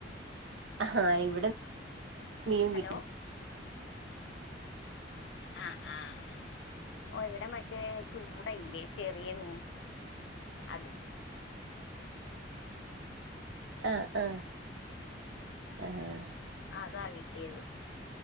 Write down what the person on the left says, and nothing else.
ഹലോ
ആഹ് ആഹ് ഓ ഇവിടെ മറ്റേ ചൂടയില്ലേ ചെറിയ റും അത്
അതാ കിട്യത്